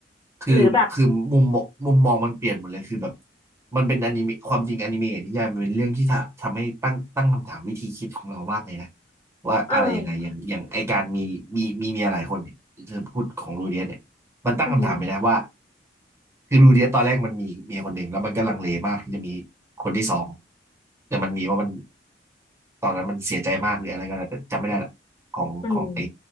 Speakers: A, on the right; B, on the left.
A: คือคือมุมมองมุมมองมันเปลี่ยนหมดเลยคือแบบ
B: หรือแบบ
A: มันเป็นอนิเมะความจริงอนิเมะกับนิยายมันเป็นเรื่องที่ทำทำให้ตั้งตั้งคำถามวิธีคิดของเรามากเลยนะว่าอะไรยังไงอย่างอย่างไอการมีมีมีเมียหลายคนเนี่ยเธอพูดของลูเดียสเนี่ยมันตั้งคำถามไปนะว่า
B: เอออืม
A: คือลูเดียสตอนแรกมันมีเมียคนหนึ่งแล้วมันก็ลังเลมากที่จะมีคนที่สองแต่มันมีเพราะมันตอนนั้นมันเสียใจมากหรืออะไรก็แล้วแต่จำไม่ได้ละของของไอ
B: อืม